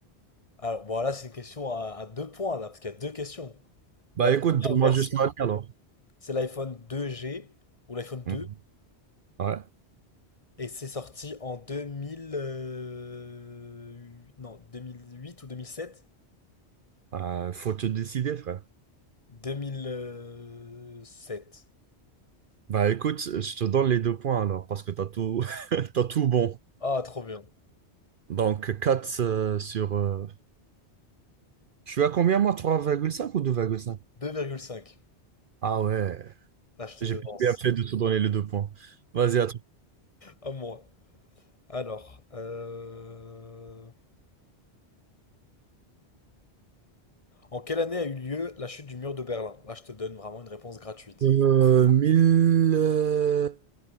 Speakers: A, on the left (about 30°); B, on the right (about 55°).
A: Alors, bon, là, c'est une question à, à deux points, là, parce qu'il y a deux questions.
B: Bah
A: La première
B: écoute, donne-moi
A: version,
B: juste l'année alors.
A: c'est l'iPhone deux g ou l'iPhone
B: Hmm.
A: deux
B: Ouais,
A: et c'est sorti en 2000, euh, non, 2008 ou deux mille sept
B: Euh, faut te décider, frère.
A: 2007.
B: Bah écoute, je te donne les deux points alors parce que t'as tout, <laughs> t'as tout bon.
A: Ah, trop bien.
B: Donc 4 euh, sur. euh, Je suis à combien moi? Trois virgule cinq ou deux virgule cinq?
A: 2,5.
B: Ah ouais,
A: Là, je te
B: j'ai
A: devance.
B: bien fait de te donner les deux points. Vas-y, à toi.
A: À moi. Alors, euh, en quelle année a eu lieu la chute du mur de Berlin? Là, je te donne vraiment une réponse gratuite.
B: Euh, 1000, euh,